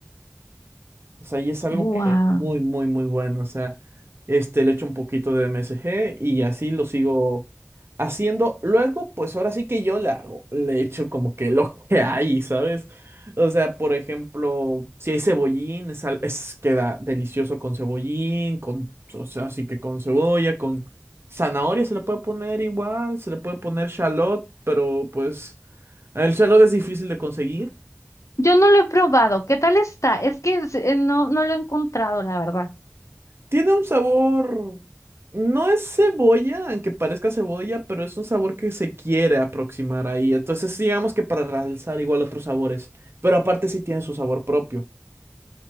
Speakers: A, on the right; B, on the left.
A: O sea, y es algo
B: Guau.
A: que es muy, muy, muy bueno. O sea, este, le echo un poquito de MSG y así lo sigo haciendo. Luego, pues ahora sí que yo le hago, le echo como que lo que hay, ¿sabes? O sea, por ejemplo, si hay cebollín, es, al- es- queda delicioso con cebollín, con, o sea, así que con cebolla, con zanahoria se le puede poner igual, se le puede poner shallot, pero pues el shallot es difícil de conseguir.
B: Yo no lo he probado. ¿Qué tal está? Es que es- eh, no, no lo he encontrado, la verdad.
A: Tiene un sabor, no es cebolla, aunque parezca cebolla, pero es un sabor que se quiere aproximar ahí. Entonces, digamos que para realzar igual otros sabores, pero aparte sí tiene su sabor propio.